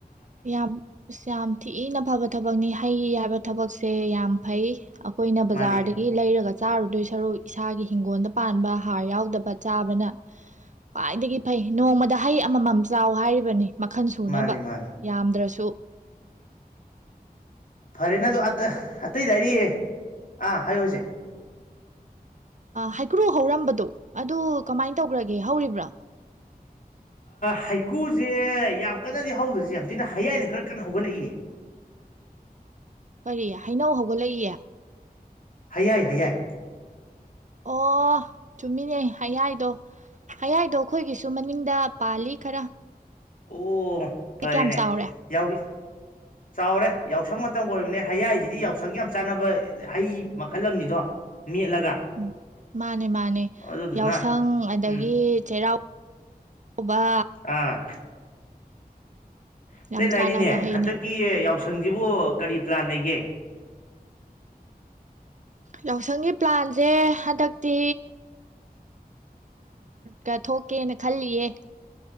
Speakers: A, on the right (about 50°); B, on the left (about 55°).
A: ꯌꯥꯝ ꯑꯁ ꯌꯥꯝ ꯊꯤꯅ ꯐꯕ ꯊꯕꯛꯅꯤ ꯍꯩꯔꯥ ꯊꯕꯛꯁꯦ ꯌꯥꯝ ꯐꯩ ꯑꯩꯈꯣꯏꯅ ꯕꯖꯥꯔꯗꯒꯤ
B: ꯃꯥꯅꯦ
A: ꯂꯩꯔꯒ ꯆꯥꯔꯨꯗꯣꯏ ꯁꯔꯨꯛ ꯏꯁꯥꯒꯤ ꯍꯤꯡꯒꯣꯜꯗ ꯄꯥꯟꯕ ꯍꯥꯔ ꯌꯥꯎꯗꯕ ꯆꯥꯕꯅ ꯈ꯭ꯋꯥꯏꯗꯒꯤ ꯐꯩ ꯅꯣꯡꯃꯗ ꯍꯩ ꯑꯃꯃꯝ ꯆꯥꯎ ꯍꯥꯏꯔꯤꯕꯅꯤ ꯃꯈꯜ ꯁꯨꯅꯕ
B: ꯃꯥꯅꯤ ꯃꯥꯅꯤ
A: ꯈꯗ꯭ꯔꯁꯨ
B: ꯐꯔꯦꯅꯦ ꯑ ꯑꯇꯩ ꯂꯥꯏꯔꯤꯌ‌ꯦ ꯑꯥ ꯍꯥꯏꯨꯖꯦ
A: ꯍꯩꯀ꯭ꯔꯨ ꯍꯧꯔꯝꯕꯗꯣ ꯑꯗꯨ ꯀꯃꯥꯏꯅ ꯇꯧꯈ꯭ꯔꯒꯦ ꯍꯧꯔꯤꯕ꯭ꯔꯥ
B: ꯍꯩꯀꯨꯁꯦ ꯌꯥꯝ ꯀꯟꯅꯗꯤ ꯍꯧꯗ꯭ꯔꯁꯦ ꯍꯧꯖꯤꯛꯅ ꯍꯌꯥꯏꯅ ꯈꯔ ꯀꯟꯅ ꯍꯧꯒꯠꯂꯛꯏꯌꯦ
A: ꯀꯔꯤ ꯍꯩꯅꯧ ꯍꯧꯒꯠꯂꯛꯏꯌꯦ
B: ꯍ ꯌꯥꯏ ꯍ ꯌꯥꯏ
A: ꯑꯣ ꯆꯨꯝꯃꯤꯅꯦ ꯍꯌꯥꯏꯗꯣ ꯍꯌꯥꯏꯗꯣ ꯑꯩꯈꯣꯏꯒꯤꯁꯨ ꯃꯅꯤꯡꯗ ꯄꯥꯜꯂꯤ ꯈꯔ
B: ꯑꯣ
A: ꯁꯤ
B: ꯐꯔꯦꯅꯦ
A: ꯀꯌꯥꯝ ꯆꯥꯎꯔꯦ
B: ꯌꯥꯎ ꯆꯥꯎꯔꯦ ꯌꯥꯎꯁꯪ ꯃꯇꯝꯒ ꯑꯣꯏꯕꯅꯦ ꯍꯌꯥꯏꯁꯤꯗꯤ ꯌꯥꯎꯁꯪꯒꯤ ꯌꯥꯝ ꯆꯥꯟꯅꯕ ꯍꯩ ꯃꯈꯜ ꯑꯃꯅꯤꯗꯣ ꯃꯦꯠꯂꯒ
A: ꯎꯝ ꯃꯥꯅꯦ ꯃꯥꯅꯦ
B: ꯑꯗꯨꯗꯨꯅ
A: ꯌꯥꯎꯁꯪ ꯑꯗꯒꯤ
B: ꯎꯝ
A: ꯆꯩꯔꯥꯎꯕ
B: ꯑꯥ ꯀꯇꯩ
A: ꯌꯥꯝ
B: ꯂꯩꯔꯤꯅꯦ
A: ꯆꯥꯟꯅꯕ ꯍꯩꯅꯤ
B: ꯍꯟꯗꯛꯀꯤ ꯌꯥꯎꯁꯪꯁꯤꯕꯨ ꯀꯔꯤ ꯆ꯭ꯂꯥ ꯂꯩꯌꯦ
A: ꯌꯥꯎꯁꯪꯒꯤ ꯄ꯭ꯂꯥꯟꯁꯦ ꯍꯟꯗꯛꯇꯤ ꯀ ꯊꯣꯛꯀꯦꯅ ꯈꯜꯂꯤꯌꯦ